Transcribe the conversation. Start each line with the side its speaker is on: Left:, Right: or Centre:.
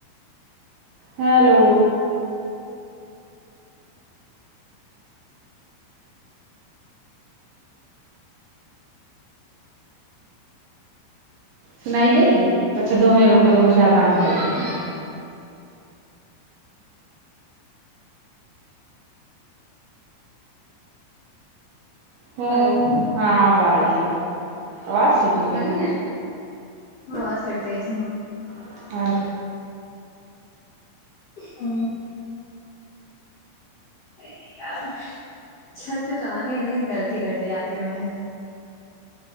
Right: ہیلو سنائی دے رہی ہے تو اچھا د دو میں رکے کو شاید آنے لگے گ ہ
Left: ہیلو
Right: ہاں اب آرہی ہے اواز آواز سب گی
Left: پتا نہیں آواز کٹ گئی تھی
Right: <inaudible>
Left: ہمم ارے یار چھت پہ تو آ گئی لیکن غلطی کر دی آ کے میں نے